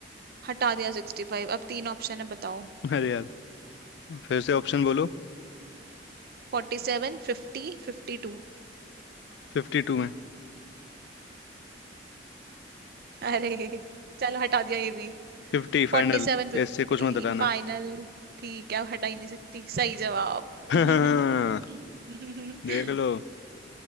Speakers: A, on the right; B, on the left.
A: हटा दिया सिक्सटी फाइव अब तीन ऑप्शन है बताओ
B: अरे यार फिर से ऑप्शन बोलो
A: Forty seven fifty fifty two
B: फिफ्टी टू में
A: अरे चलो हटा दिया ये भी
B: Fifty
A: Forty
B: final
A: seven fifty
B: ऐसे कुछ मत हटाना
A: final ठीक है अब हटा ही नहीं सकती सही जवाब
B: <laughs>
A: <laughs>
B: हाँ, देख लो